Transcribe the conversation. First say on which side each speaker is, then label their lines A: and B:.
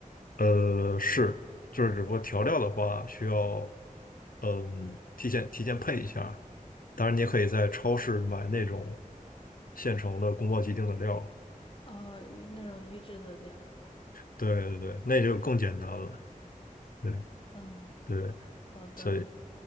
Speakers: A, on the left; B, on the left.
A: 呃，是，就是只不过调料的话需要，嗯，提前提前配一下。当然，你也可以在超市买那种现成的宫保鸡丁的料。
B: 哦，预那种预制的料。
A: 对对对，那就更简单了。对
B: 嗯，
A: 对，
B: 好的。
A: 所以